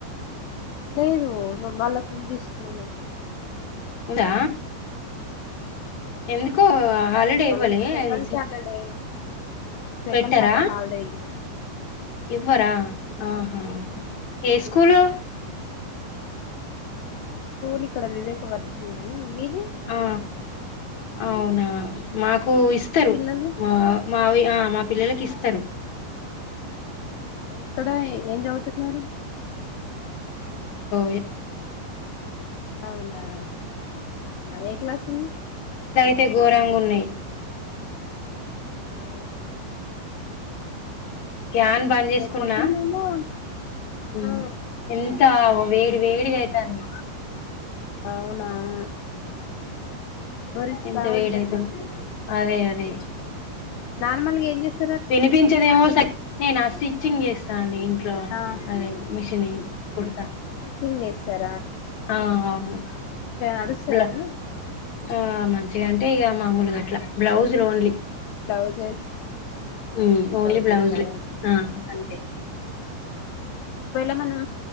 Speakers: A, on the left; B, on the left.
A: లేదు వాళ్ళకు ఉంది స్కూలు
B: ఉందా
A: హ్మ్ హ్మ్
B: ఎందుకో
A: ఉంది వాళ్ళకి
B: హాలిడే
A: వాళ్ళకి
B: ఇవ్వలే
A: సెకండ్
B: అది
A: సాటర్డే ఆ సెకండ్
B: పెట్టారా
A: సాటర్డే హాలిడే ఇవ్వరూ అం
B: ఇవ్వరా ఆహా ఏ స్కూలు
A: స్కూల్ ఇక్కడ వివేక వర్ధని అని మీది
B: ఆ అవునా మాకు కు ఇస్తారు
A: మీ పిల్లలు
B: మా మావి ఆ మా పిల్లలకి ఇస్తారు
A: ఆహా ఎక్కడ ఏం చదువుతున్నారు
B: ఎ
A: అవునా ఆహా ఏ క్లాస్ ఉంది
B: తే ఘోరంగున్నాయి
A: అవునువును
B: ఫ్యాన్ బంద్ చేసుకున్నా
A: పొద్దున్నేమో
B: హ్మ్
A: ఆ
B: ఎంత ఓ వేడి వేడిగా అయితాంది
A: అవునువును మరి శ్రవణ్
B: ఎంత వేడైతుంది
A: దసలు
B: అదే అదే
A: నార్మల్ గా ఏం చేస్
B: వినిపించదేమో సరే నాష్టి చింగ్ చేస్తాండే ఎమ్ <unintelligible>
A: ఆహా
B: అదే మిషిని కుడుతా
A: స్టిచ్చింగ్ చేస్తార్
B: ఆ అవును
A: నడుస్తదండి
B: బ్లా ఆ మ చిగా అంటే ఇగా మామూలు గట్ల బ్లౌజులు ఓన్లీ
A: బ్లౌజెస్ ఆ
B: ఉమ్ ఓన్లీ
A: బ్లౌజెసా
B: బ్లౌజుల్ ఆ అంతే
A: ఒకవేళ మనం